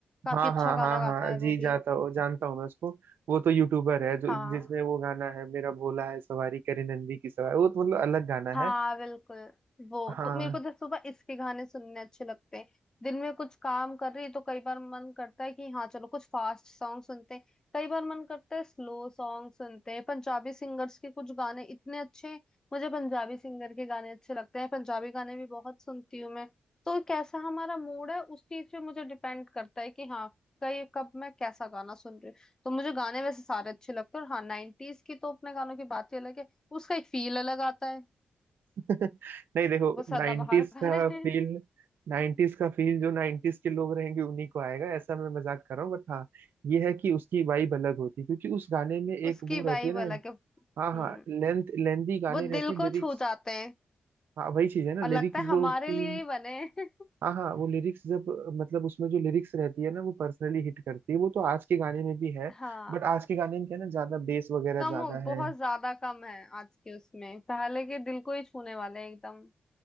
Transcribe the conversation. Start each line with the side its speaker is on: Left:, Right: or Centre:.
Left: काफी
Right: हाँ
Left: अच्छा
Right: हाँ
Left: गाना
Right: हाँ
Left: गाता
Right: हाँ
Left: है
Right: जी
Left: वो भी
Right: जाता हूँ जानता हूँ मैं उसको वो तो यूट्यूबर है जो
Left: हाँ
Right: जिसमें वो गाना है मेरा भोला है सवारी करे नंदी की सवारी वो तो मतलब अलग गाना
Left: हाँ
Right: है
Left: बिल्कुल वो
Right: हाँ
Left: तो मेरे को तो सुबह इसके गाने सुनने अच्छे लगते हैं दिन में कुछ काम कर रही तो कई बार मन करता है कि हाँ चलो कुछ फास्ट सॉन्ग सुनते हैं कई बार मन करता है स्लो सॉन्ग सुनते हैं पंजाबी सिंगर्स के कुछ गाने इतने अच्छे मुझे पंजाबी सिंगर के गाने अच्छे लगते हैं पंजाबी गाने भी बहुत सुनती हूँ मैं तो कैसा हमारा मूड है उस चीज पे मुझे डिपेंड करता है कि हाँ कई कब मैं कैसा गाना सुन रही हूँ तो मुझे गाने वैसे सारे अच्छे लगते हैं और हाँ नाइनटीज की तो अपने गानों की बात ही अलग है उसका एक फील अलग आता है
Right: <laughs> नहीं देखो
Left: वो सदाबहार
Right: नाइन्टीज
Left: गाने
Right: का
Left: हैं
Right: फील नाइन्टीज का फील जो नाइन्टीज के लोग रहेंगे उन्हीं को आएगा ऐसा मैं मजाक कर रहा हूँ बट हाँ ये है कि उसकी वाइब अलग होती है क्योंकि उस गाने में एक
Left: उसकी
Right: वो
Left: वाइब
Right: रहती है ना
Left: अलग है
Right: हाँ हाँ
Left: हम्म
Right: लेंथ लेंदी गाने
Left: वो
Right: रहते
Left: दिल
Right: हैं
Left: को
Right: लिरिक्स
Left: छू जाते हैं
Right: हाँ वही चीज है ना
Left: और लगता
Right: लिरिक्स
Left: है हमारे
Right: जो उसकी
Left: लिए ही बने हैं।
Right: हाँ हाँ वो लिरिक्स जब मतलब उसमें जो लिरिक्स रहती है ना वो पर्सनली हिट करती है वो तो आज के गाने में भी है
Left: <laughs> हाँ
Right: बट आज के गाने में क्या है ना ज्यादा बेस वगैरह
Left: कम
Right: ज्यादा
Left: हो बहुत
Right: है
Left: ज्यादा कम है आज के उसमें पहले के दिल को ही छूने वाले हैं एकदम